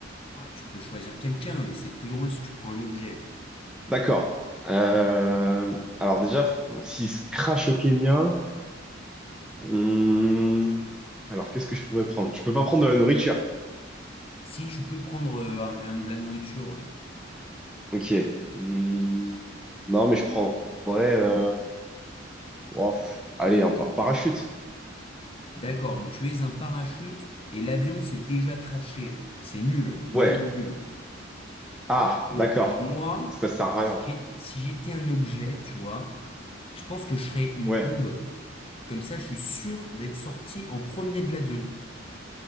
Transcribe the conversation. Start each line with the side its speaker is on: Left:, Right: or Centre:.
Left: Ah, tu peux choisir quelqu'un, mais c'est plus drôle si tu prends un objet.
Centre: D'accord. Euh, Alors déjà, bon, s'il se crache au Kenya... hum, Alors qu'est-ce que je pourrais prendre? Je peux pas prendre de la nourriture.
Left: Si tu peux prendre euh, un- un de la nourriture, ouais.
Centre: Ok. Hum, Non, mais je prendrais... euh, oh, pff, Allez, un par- parachute.
Left: D'accord, donc tu es un parachute et l'avion s'est déjà craché. C'est nul, l'idée
Centre: Ouais.
Left: est nulle.
Centre: Ah,
Left: Bon,
Centre: d'accord.
Left: alors moi,
Centre: Ça sert à
Left: si
Centre: rien.
Left: j'ai- si j'étais un objet, tu vois, je pense que je serais une
Centre: Ouais.
Left: bombe. Comme ça, je suis sûr d'être sorti en premier de l'avion.